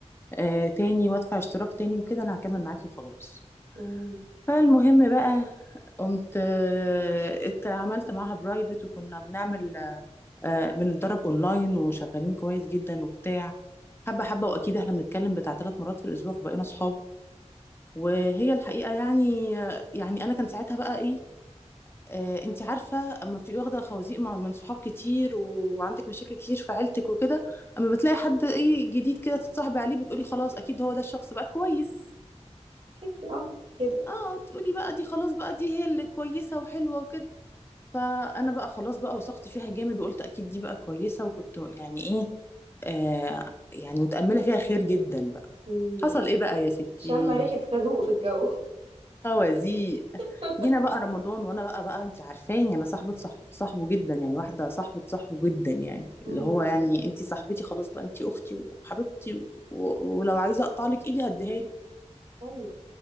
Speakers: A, on the left; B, on the right.
A: آه تاني وادفع اشتراك تاني وكده انا هكمل معاكي وخلاص
B: مم.
A: فالمهم بقى قمت آه، ات- عملت معاها برايفت وكنا بنعمل آه، بنتدرب اونلاين وشغالين كويس جدا وبتاع حبه حبه واكيد احنا بنتكلم بتاع ثلاث مرات في الاسبوع فبقينا صحاب وهي الحقيقه يعني يعني انا كان ساعتها بقى ايه آه انت عارفه اما بتبقي واخده خوازيق مع- من صحاب كتير وعندك مشاكل كتير في عيلتك وكده اما بتلاقي حد ايه جديد كده تتصاحبي عليه بتقولي خلاص اكيد هو ده الشخص بقى كويس
B: تحسي اه كده
A: اه تقولي بقى دي خلاص بقى دي هي اللي كويسة وحلوة وكده فأنا بقى خلاص بقى وثقت فيها جامد وقلت أكيد دي بقى كويسة وكنت يعني إيه آه يعني متأملة فيها خير جدا بقى
B: مم.
A: حصل إيه بقى يا ستي
B: شم ريحة خازوق في الجو
A: خوازيق
B: <laughs>
A: جينا بقى رمضان وأنا بقى بقى أنت عارفاني أنا صاحبة صاحب صاحبه جدا يعني واحدة صاحبة صاحبه جدا يعني
B: مم.
A: اللي هو يعني أنت صاحبتي خلاص بقى أنت أختي وحبيبتي و... و- ولو عايزة أقطع لك إيدي هديها
B: ايوه